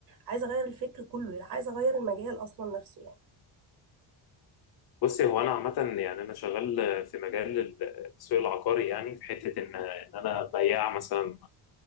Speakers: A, on the right; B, on the left.
A: عايزه اغير الفكر كله يعني عايزه اغير المجال اصلا نفسه يعني
B: بصي هو انا عامه يعني انا شغال في مجال التسويق العقاري يعني في حته ان ان انا بياع مثلا